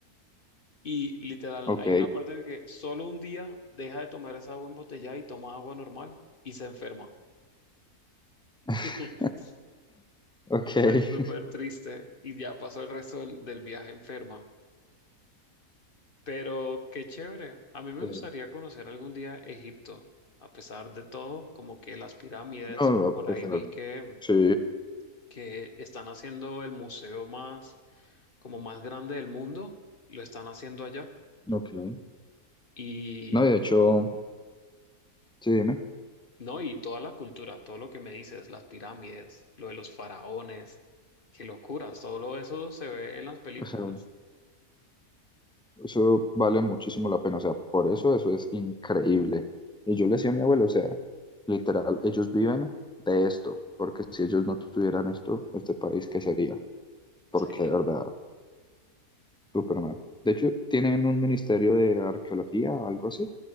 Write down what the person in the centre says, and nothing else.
Ok,
<laughs>
ok. <laughs>
Sí.
No,
pues,
a
pesar.
Sí,
ok.
No, de hecho, sí, dime.
O sea, eso vale muchísimo la pena. O sea, por eso eso es increíble. Y yo le decía a mi abuelo, o sea, literal, ellos viven de esto, porque si ellos no tuvieran esto, este país, ¿qué sería? Porque
de verdad. súper mal. De hecho, tienen un ministerio de arqueología o algo así,